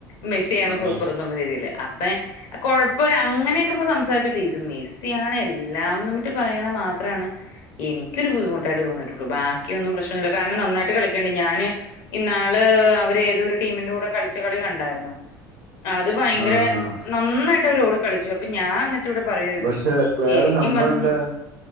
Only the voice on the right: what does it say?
ആഹ്
ആഹ്
പക്ഷെ വേറെ
സംഭവണ്ട്